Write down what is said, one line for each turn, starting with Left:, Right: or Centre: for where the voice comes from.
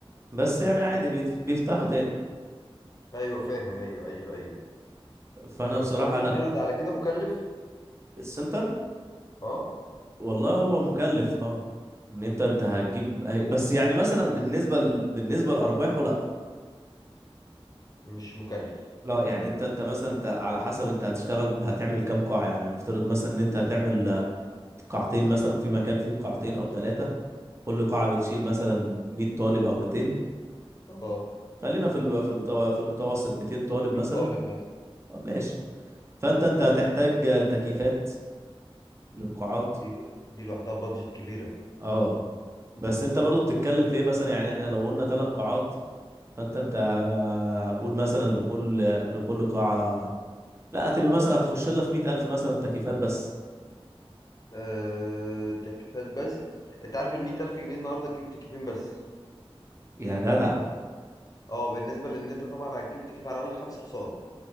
Right: بس
Left: مظبوط
Right: يعني عادي بيت- بيفتحوا تاني
Left: ايوه فاهم ايوه ايوه ايوه
Right: فانا
Left: بس
Right: بصراحه
Left: والله
Right: انا
Left: ده حلو ده على كده مكلف
Right: السنتر
Left: اه
Right: والله هو مكلف اه ان انت انت هتجيب
Left: مم.
Right: بس يعني مثلا بالنسبه ل... بالنسبه لارباحه لا
Left: مش مكلف
Right: لا يعني انت انت مثلا انت على حسب انت هتشتغل هتعمل كام قاعه يعني هنفترض مثلا ان انت هتعمل آه، قاعتين مثلا في مكان فيه قاعتين او ثلاثه كل قاعه بتشيل مثلا 100 طالب او 200
Left: اه
Right: خلينا في ال- في المتو... في المتوسط 200 طالب
Left: 100
Right: مثلا
Left: طالب مثلا
Right: آه، ماشي فانت انت هتحتاج آه، تكييفات للقاعات
Left: دي دي لوحدها بادجت كبيرة
Right: اه بس انت برضو بتتكلم في ايه مثلا يعني احنا لو قلنا ثلاث قاعات فانت انت قول مثلا لكل لكل قاعة لا هتبقى مثلا هتخش لها في 100000 مثلا تكييفات بس
Left: أه... تكييفات بس انت عارف ال 100000 جنيه النهارده تجيب تكييفين بس
Right: يا جدع
Left: اه بالنسبة لان انت طبعا هتجيب تكييف على الاقل خمس حصان